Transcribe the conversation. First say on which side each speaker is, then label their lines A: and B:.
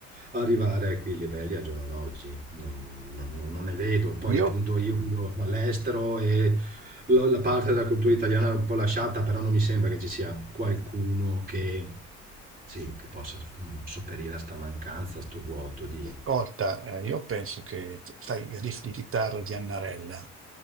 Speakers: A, on the right (about 30°); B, on the right (about 45°).
A: arrivare a quei livelli al giorno d'oggi. Non, non- non- non ne vedo. Poi
B: Io,
A: appunto io vivo all'estero e la, la parte della cultura italiana è un po' lasciata, però non mi sembra che ci sia qualcuno che, sì, che possa mh, sopperire a sta mancanza, a sto vuoto di...
B: ascolta, eh, io penso che, sai, i riff di chitarra di Annarella,